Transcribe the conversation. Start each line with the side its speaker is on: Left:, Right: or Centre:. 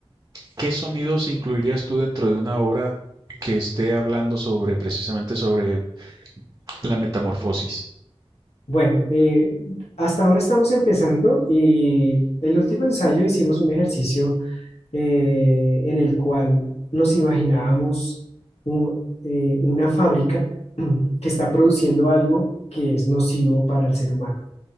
Right: ¿Qué sonidos incluirías tú dentro de una obra que esté hablando sobre precisamente sobre la metamorfosis?
Left: Bueno, eh, hasta ahora estamos empezando y el último ensayo hicimos un ejercicio eh, en el cual nos imaginábamos un- eh, una fábrica <clears throat> que está produciendo algo que es nocivo para el ser humano.